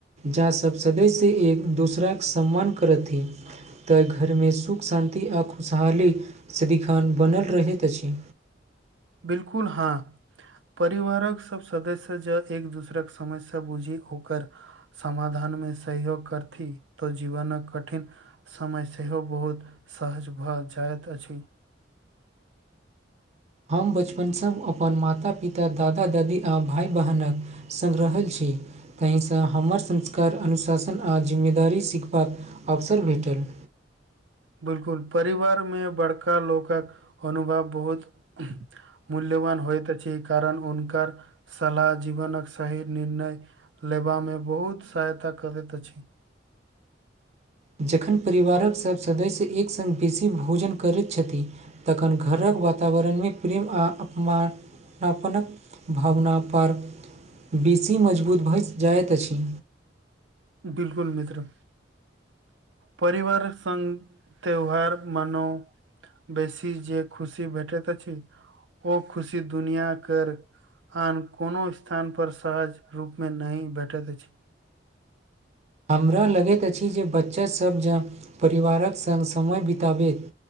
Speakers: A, on the right; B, on the right.
A: जाँ सभ सदैसँ एक दोसरा कऽ सम्मान करथिन तऽ घरमे सुख शान्ति आ खुशहाली सिदिखान बनल रहैत अछि
B: बिल्कुल हँ परिवारक सभ सदस्य जँ एक दोसराक समस्या बुझी ओकर समाधान मे सहयोग करथि तऽ जीवन कठिन समय सेहो बहुत सहज भऽ जाइत अछि
A: हम बचपनसँ अपन माता पिता दादा दादी आ भाय बहिन कऽ संग रहल छी ताहिसँ हमर संस्कार अनुशासन आ जिम्मेदारी सिखबाक अवसर भेटल
B: बिल्कुल परिवार मे बड़का लोक कऽ अनुभव बहुत मूल्यवान होइत अछि कारण हुनकर सलाह जीवनक सही निर्णय लेबामे बहुत सहायता करैत अछि
A: जखन परिवारक सभ सदस्य एक संग बेसी भोजन करैत छथि तखन घर कऽ वातावरणमे प्रेम आ अपमान आपनक भावनापर बेसी मजबूत भऽ जाइत अछि
B: बिल्कूल मित्र परिवार से त्यौहार मान बेसी जे खुशी भेटैत अछि ओ खुशी दुनिया कऽ आन कोनो स्थान पर सहज रूप मे नहि भेटैत अछि
A: हमरा लगैत अछि जे बच्चासभ जँ परिवारक संग समय बितबैत